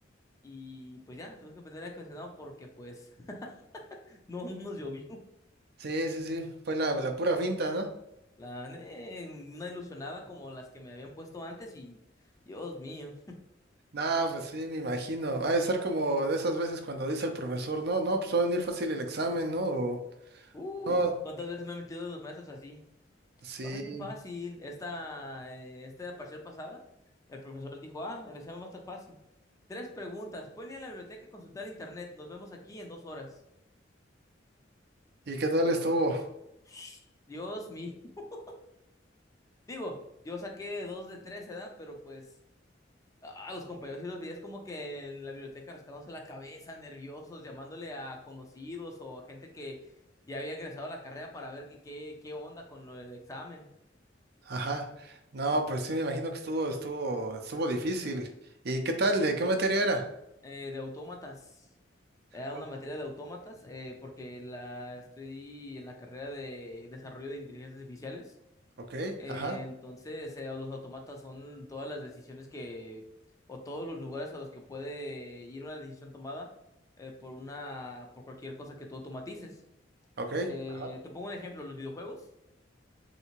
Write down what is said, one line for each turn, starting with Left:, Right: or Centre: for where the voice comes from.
Left: Y pues ya, tuvimos que prender el aire acondicionado porque pues <laughs> no, no nos llovió.
Right: Sí, sí, sí, fue la, la pura finta, ¿no?
Left: La gané en una ilusionada como las que me habían puesto antes y Dios mío.
Right: Nah, pues sí, me imagino. Va a ser como de esas veces cuando dice el profesor, no, no, pues va a venir fácil el examen, ¿no? O,
Left: Uy,
Right: no.
Left: ¿cuántas veces me han metido los maestros así?
Right: Sí,
Left: Ah, bien fácil. Esta, eh, esta parcial pasada, el profesor dijo, ah, el examen va a estar fácil. Tres preguntas. Pueden ir a la biblioteca a consultar el internet. Nos vemos aquí en dos horas.
Right: ¿y qué tal
Left: Dios,
Right: estuvo?
Left: Dios mío. <laughs> Digo, yo saqué dos de tres, ¿verdad? Pero pues A los compañeros y los veías como que en la biblioteca rascándose la cabeza, nerviosos, llamándole a conocidos o a gente que ya había egresado a la carrera para ver que, qué, qué onda con lo del examen
Right: Ajá. No,
Left: eh,
Right: pues sí me imagino que estuvo, estuvo, estuvo difícil. ¿Y qué tal? ¿De qué materia era?
Left: eh, de autómatas. Era
Right: O-
Left: una materia de autómatas eh, porque la estoy en la carrera de desarrollo de inteligencias artificiales
Right: Ok,
Left: Eh,
Right: ajá,
Left: entonces, eh, los automatas son todas las decisiones que, o todos los lugares a los que puede ir una decisión tomada eh, por una, por cualquier cosa que tú automatices.
Right: ok,
Left: Eh,
Right: ajá.
Left: te pongo un ejemplo, los videojuegos.